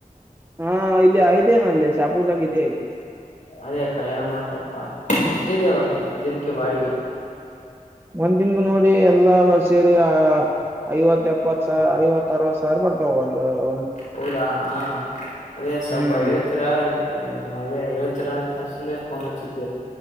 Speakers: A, on the right (about 15°); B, on the left (about 60°).
A: ಹಾ ಇಲ್ಲಿ ಯೇನ ಅಲ್ಲಿ ಶಾಪೂರ್ದಾಗ ಹ್ಮ
B: ಅದೇ ಕಲ್ಯಾಣ ಮಂಟಪ ದೇವನ್ ದಿನಕ್ಕೆ ಬಾಡಿ
A: ಒಂದ್ ದನ್ಗ ನೋಡಿ ಎಲ್ಲ ಸೇರಿ ಆ ಐವತ್ ಎಪ್ಪತ್ ಐವತ್ತು ಅರವ ಸರ್ ಬರ್ ಒಂದು ಒ
B: ಹೌದಾ ಹಾ ಅದೇ ಸ್ವಲ್ಪ
A: ಹ್ಮ್
B: ಹೇಳ್ತೀರಾ ಇಲ್ಲ ಅದೇ ಹೇಳ್ತೀರ ಅಂತ ಅನ್ಸೆ ಫೋನ್ ಹಚ್ಚಿದ್ದೆ